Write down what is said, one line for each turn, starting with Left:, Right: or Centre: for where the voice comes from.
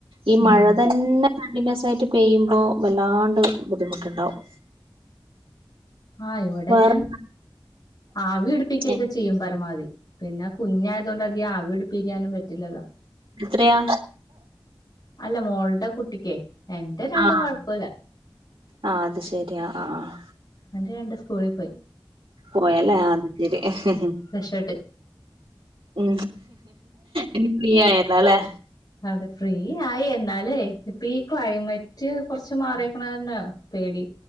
Right: ഈ
Left: ഉം
Right: മഴ തന്നെ കണ്ടിന്യൂസ് ആയിട്ട് പെയ്യുമ്പോ വല്ലാണ്ട് ബുദ്ധിമുട്ടുണ്ടാവും
Left: ആഹ് ഇവിടെ
Right: വേറെ
Left: ഞാൻ ആവി പിടിപ്പിക്കൊക്കെ
Right: ഏഹ്
Left: ചെയ്യും പരമാവധി പിന്നെ കുഞ്ഞായത കൊണ്ട് അധികം ആവി പിടി പപ്പിക്കാനും പറ്റില്ലല്ലോ
Right: എത്രയാ
Left: അല്ല മോൾ എന്റെ കുട്ടിക്കേ എന്റെ രണ്ട
Right: ആഹ്.
Left: കൊഴപ്പില്ല
Right: ആഹ് അത് ശരി. ആഹ് ആഹ് ആഹ്.
Left: എന്റെ രണ്ട് സ്കൂളിൽ പോയി
Right: പോയലേ അത് ശ
Left: രക്ഷപ്പെട്ട്
Right: ഉ എനി പ്രിയായുന്നാലേ
Left: അതെ ഫ്രീ ആയി എന്നാലേ ഇപ്പ ഈ ക്ലൈമറ്റ് കൊറച്ച് മാറിയേക്കണ തന്നാ പേടി